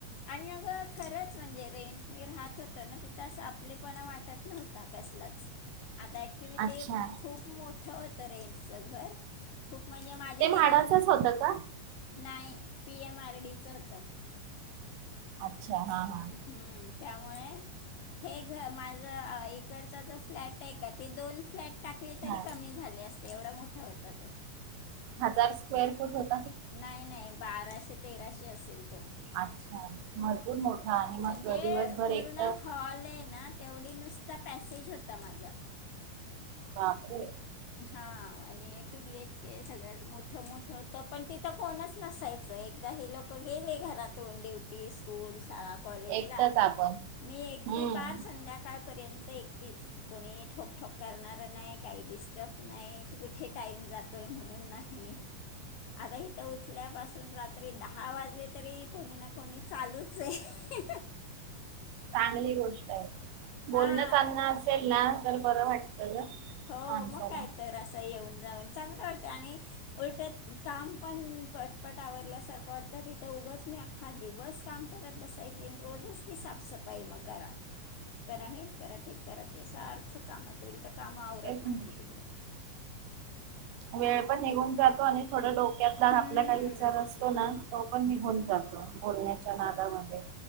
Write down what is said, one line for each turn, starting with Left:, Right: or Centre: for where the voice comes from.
Left: आणि अगं. खरंच म्हणजे रेंट राहात होत ना, तिथं अस आपलेपणा वाटत नव्हता कसलाच. आता ऍक्च्युली
Right: अच्छा
Left: ते खूप मोठ. <unintelligible> घर खूप म्हणजे माझे
Right: ते म्हाडाचच
Left: हे दोन.
Right: होतं का?
Left: नाही पी एम आर डीचं होतं.
Right: अच्छा हा, हा.
Left: हम्म त्यामुळे हे घर माझं इकडचा जो फ्लॅट हाय का, ते दोन फ्लॅट. टाकले तरी
Right: हा
Left: कमी झाले असते. तेवढा मोठा होता तो.
Right: हजार स्क्वेअर फुट होत.
Left: नाही नाही बाराशे बर, तेराशे असेल. तो
Right: अच्छा भरपूर मोठा आणि
Left: म्हणजे
Right: मग दिवसभर
Left: पूर्ण
Right: एक तर.
Left: हॉल आहे ना तेवढी नुसता पॅसेज होता माझा.
Right: बापरे.
Left: हा आणि टू बी एच के सगळंच मोठं मोठं होतं. पण तिथं कोणच नसायचं एकदा हे लोक गेले घरातून ड्युटी स्कूलस. शाळा कॉलेजला.
Right: एकटच आपण
Left: मी एकटी
Right: हम्म
Left: पार संध्याकाळ. पर्यंत एकटिच कोणी. ठोक, ठोक करणार नाही. काय दिस त्यात नाही. कुठे टाईम जातोय म्हणून नाही. आता इथं उठल्यापासून रात्री दहा हा वाजले तरी कोणी ना कोणी चालूच आहे.
Right: चांगली गोष्ट आहे. बोलणं
Left: हा
Right: चालन
Left: क-
Right: असेल ना तर बरं वाटतं ग
Left: हो
Right: माणसाला.
Left: मग काय तर असं येऊन. जाऊन चांगलं वाटतं. आणि उलट काम पण पटपट आवरल्यासारखं वाटतं. तिथं उगच मी अख्खा दिवस काम करत बसायचे. रोजच ती साफसफाई मग करा. करा हे ते करा सारखं. कामात उलट काम आवरत
Right: तेच
Left: नव्हतं
Right: ना
Left: तिकडं.
Right: वेळ पण निघून जातो आणि थोड डोक्यातला
Left: हम्म
Right: आपला काही विचार असतो ना तो पण निघून जातो बोलण्याच्या नादामध्ये.